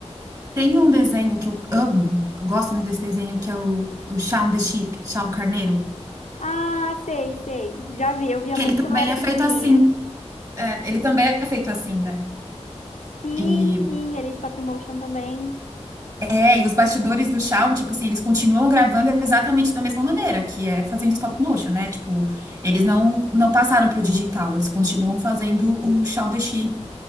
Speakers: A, on the right; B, on the left.
A: Tem um desenho que eu amo, gosto muito desse desenho, que é o, o Shaun the Sheep, Shaun Carneiro,
B: Ah, sei, sei. Já vi, eu via
A: que
B: muito
A: ele também
B: quando eu era
A: é
B: pequenininha.
A: feito assim. É, ele também é feito assim, né?
B: Sim,
A: E
B: sim, ele é stop motion também.
A: É, e os bastidores do Shaw, tipo assim, eles continuam gravando exatamente da mesma maneira, que é fazendo stop motion, né? Tipo, eles não, não passaram pro digital, eles continuam fazendo o Shaun the Sheep